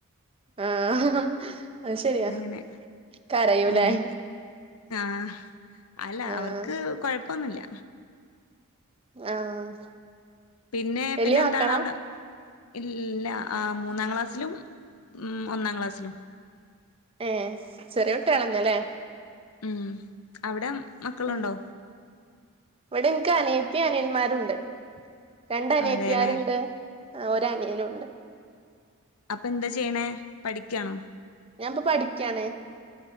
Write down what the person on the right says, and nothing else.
ആഹ് അത് ശരിയാ
കരയൂലേ.
ആഹ്
ആഹ്.
വലിയ
മക്കളാ
ഏ ചെറിയ കുട്ട്യേളഎന്നേല്ലേ.
ആഹ് ഇവിടെ എനിക്ക് അനിയത്തി അനിയന്മാരുണ്ട് രണ്ട് അനിയത്യരിണ്ട്.
ആ ഒരു അനിയനുണ്ട്.
ഞാൻപ്പൊ പഠിക്കാണ്